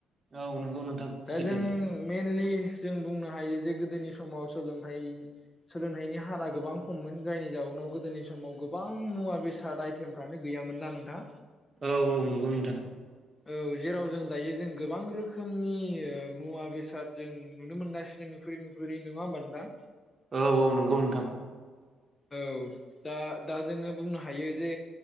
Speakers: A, on the right (about 35°); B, on the left (about 25°).
A: औ नंगौ नोंथां
B: दा
A: सैथो
B: जों मेनलि जों बुंनो हायो जे गोदोनि समाव सोलोंथाइ सोलोंथाइनि हारा गोबां खममोन जायनि जाउनाव गो दिनि समाव गोबां मुवा बेसाद आइटेमफ्रानो गैयामोन ना नों थां
A: औ औ नोंगौ नोंथां
B: औ जेराव जों दायो जों गोबां रोखोमनि ओ‌ मुवा बेसाद जों नुनो मोनगासिनो नुफुरि नुफुरि नङा होमबा नोंथां।
A: औ औ नोंगौ नोंथां
B: औ दा दा जोङो बुंनो हायो जे